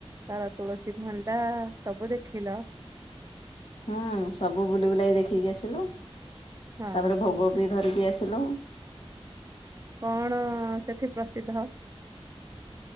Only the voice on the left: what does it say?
ହୁଁ ସବୁ ବୁଲି ବୁଲାକି ଦେଖିକି ଆସିଲୁ
ତାପରେ ଭୋଗ ବି ଧରିକି ପି ଆସିଲୁ।